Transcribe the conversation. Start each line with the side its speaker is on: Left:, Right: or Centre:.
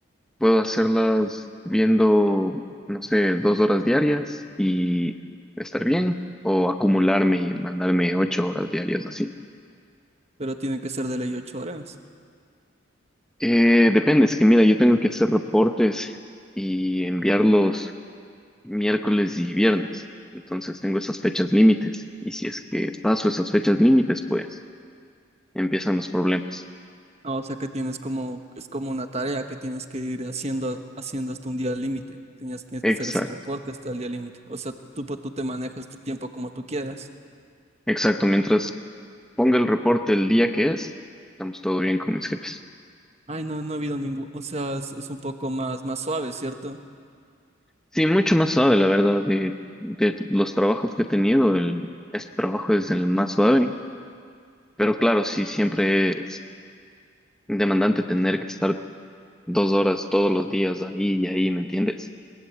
Centre: puedo hacerlas viendo, no sé, dos horas diarias y estar bien, o acumularme y mandarme ocho horas diarias así.
Right: pero tiene que ser de ley ocho horas.
Centre: Eh, depende, es que mira, yo tengo que hacer reportes y enviarlos miércoles y viernes. Entonces tengo esas fechas límites. Y si es que paso esas fechas límites, pues empiezan los problemas.
Right: Ah, o sea que tienes como, es como una tarea que tienes que ir haciendo, haciendo hasta un día límite. Tenías, tienes
Centre: Exacto,
Right: que hacer ese reporte hasta el día límite. O sea, tú, po- tú te manejas tu tiempo como tú quieras.
Centre: exacto. Mientras ponga el reporte el día que es, estamos todo bien con mis jefes.
Right: Ay, no, no ha habido ningún, o sea, es, es un poco más, más suave, ¿cierto?
Centre: Sí, mucho más suave, la verdad, de, de los trabajos que he tenido, el, este trabajo es el más suave. Pero claro, sí, siempre es demandante tener que estar dos horas todos los días ahí y ahí, ¿me entiendes?